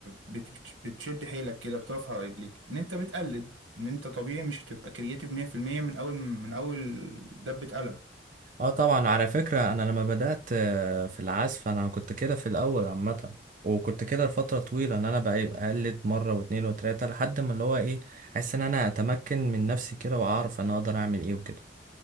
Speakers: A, on the right; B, on the right.
A: بت بت- بتشد حيلك كده بتقف على رجليك إن أنت بتقلد إن أنت طبيعي مش هتبقى كرييتيف 100% من أول من أول دبة قلم
B: اه طبعا على فكرة انا لما بدأت آه، في العزف انا كنت كده في الاول عامة وكنت كده لفترة طويلة ان انا بقى بقلد مرة واتنين وتلاتة لحد ما اللي هو ايه حاسس ان انا اتمكن من نفسي كده واعرف انا اقدر اعمل ايه وكده